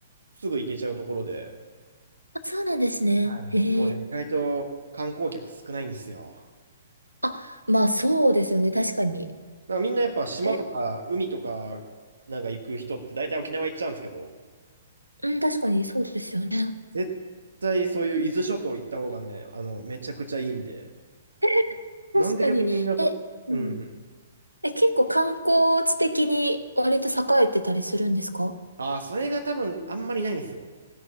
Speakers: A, on the right; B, on the right.
A: すぐ行けちゃうところで、
B: あ、そうなんですね。
A: はい。
B: ええ
A: でもね、意外と観光客少ないんですよ。
B: あ、まあそうですよね。確かに。
A: なんかみんなやっぱ島とか海とかなんか行く人って大体沖縄行っちゃうんですけど、
B: え、うん、確かにそうですよね。
A: 絶対そういう伊豆諸島行った方がね、あの、めちゃくちゃいいんで、
B: <laughs> 確かに。
A: なんで逆にみんなそ、
B: え、
A: うんうん。
B: うん。え、結構観光地的に割と栄えてたりするんですか
A: ああ、それが多分あんまりないんですよ。